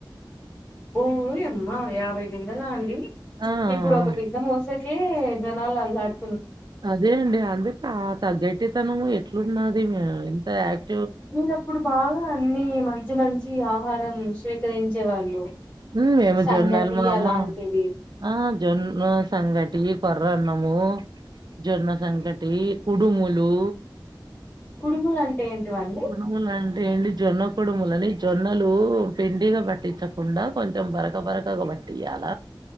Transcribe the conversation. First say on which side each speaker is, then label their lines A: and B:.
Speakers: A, on the left (about 20°); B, on the right (about 55°).
A: ఓ యమ్మ యాభై బిందెలా అండి
B: ఆ!
A: ఇప్పుడు ఒక బిందె మోసకే జనాలు అల్లాడ్
B: అదే అండి అదే పాత గట్టితనము ఎట్లున్నది మేము ఇంత యాక్
A: మీరప్పుడు బాగా అన్నిీ మంచి మంచి ఆహారం స్వీకరించే వాళ్ళు
B: ఉం ఏమ
A: సంగటి
B: జొన్నాలమామ
A: అలాంటివి
B: ఆ జొన్న సంగటి కొర్రన్నము జొన్న సంకటి కుడుములు
A: కుడుములంటే ఏంటివండి
B: కుడుములంటే ఏంటి జొన్న కొడుములని జొన్నలు పిండిగా పట్టించకుండా కొంచెం బరక బరకగా బట్టియాల